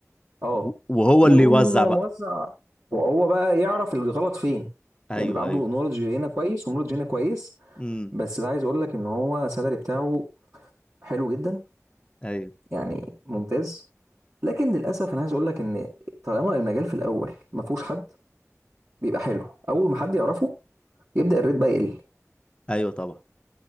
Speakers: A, on the right; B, on the left.
A: اه
B: و- وهو
A: يقوم
B: اللي يوزع
A: موزع
B: بقى
A: وهو بقى يعرف الغلط فين
B: ايوه
A: يعني بيبقى عنده
B: ايوه
A: نولج هنا كويس ونولج هنا كويس
B: امم
A: بس ده عايز اقول لك ان هو سالري بتاعه حلو جدا
B: ايوه
A: يعني ممتاز لكن للاسف انا عايز اقول لك ان طالما المجال في الاول ما فيهوش حد بيبقى حلو اول ما حد يعرفه يبدا الريت بقى يقل
B: ايوه طبعا